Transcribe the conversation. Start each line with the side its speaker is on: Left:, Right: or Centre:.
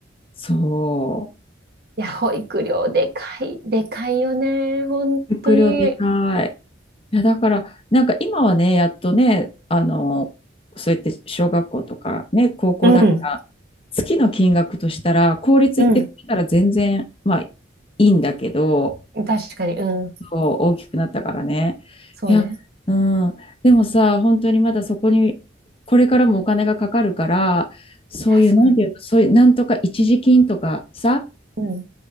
Left: そう。
Right: いや、
Left: あ
Right: 保育料でかい、でかいよね。本当に。
Left: 迫力でかい。いや、だから、なんか今はね、やっとね、あの、そうやって小学校とかね、高校だから、
Right: うん。
Left: 月の金額としたら、公立行ってくれたら全然、
Right: うん。
Left: まあ、いいんだけど、
Right: 確かに。うん。
Left: そう、大きくなったからね。
Right: そうね。
Left: いや、うん、でもさ、本当にまだそこに、これからもお金がかかるから、そういう、
Right: いや、そうい
Left: なんていうの、そういう、なんとか一時金とかさ、
Right: ううん。